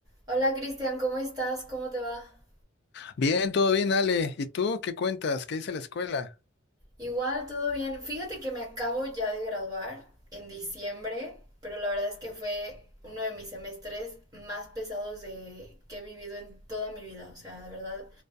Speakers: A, on the right; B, on the left.
A: Hola Cristian, ¿cómo estás? ¿Cómo te va?
B: Bien, todo bien, Ale. ¿Y tú qué cuentas? ¿Qué dice la escuela?
A: Igual, todo bien. Fíjate que me acabo ya de graduar en diciembre, pero la verdad es que fue uno de mis semestres más pesados de que he vivido en toda mi vida. O sea, de verdad,